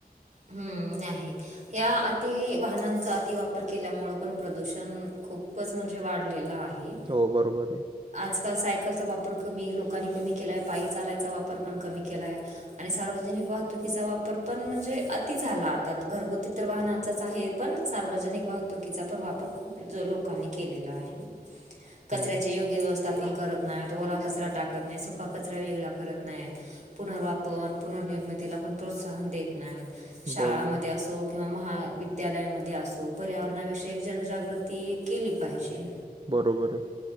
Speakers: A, on the right; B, on the right.
A: हम्म नाही. ह्या अति वाहनांचा अति वापर केल्यामुळेळं पण प्रदूषण खूपच म्हणजे वाढलेलं आहे.
B: हो बरोबर आहे.
A: आजकाल सायकलचा वापर कमी लोकांनी कमी केलाय पायी चालायचा वापर पण कमी केला आहे. आणि सार्वजनिक वाहतुकीचा वापर पण म्हणजे अ ति झाला आता घरगुती तर वाहनांचाच आहे पण सार्वजनिक वाहतुकीचा पण वापर खूप ज लोकांनी केलेला आहे कचऱ्याच्या
B: हम्म
A: योग्य व्यवस्थ थापण करत नाहीत ओला कचरा टाकत नाही सुका कचरा वेगळा करत नाहीत. पुनर्वापन पुनर्निर्मितीला पण प्रोत्साहन देत नाहीत शाळामध्ये
B: बरोबर
A: असो. किंवा महाविद्यालयांमध्ये असो पर्यावरणाविषयीक जनजागृती केली पाहिजे.
B: बरोबर आहे